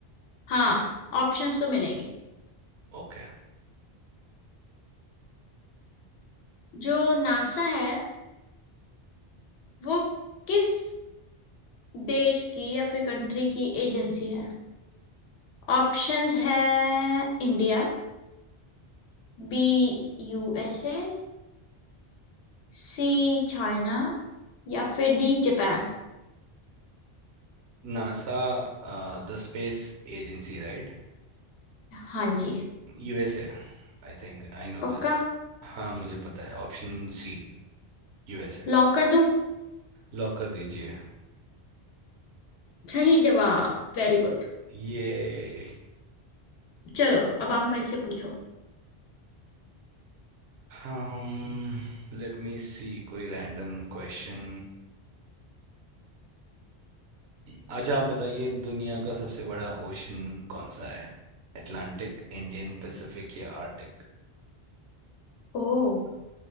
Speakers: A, on the left (about 80°); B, on the right (about 80°).
A: हाँ ऑप्शंस तो मिलेंगे
B: Okay
A: जो नासा है वो किस देश की या फिर कंट्री की एजेंसी है ऑप्शंस है India B USA C China या फिर डी जापान
B: NASA the space agency right
A: हाँ जी
B: यूएसए I think I know
A: पक्का
B: this हाँ मुझे पता है option C यूएसए
A: लॉक कर दूं
B: Lock कर दीजिए
A: सही जवाब वेरी गुड
B: ये
A: चलो अब आप मेरे से पूछो
B: um लेट मी सी कोई रैंडम क्वेश्चन अच्छा आप बताइए दुनिया का सबसे बड़ा ओशन कौन सा है अटलांटिक इंडियन पैसिफिक या आर्टिक
A: ओह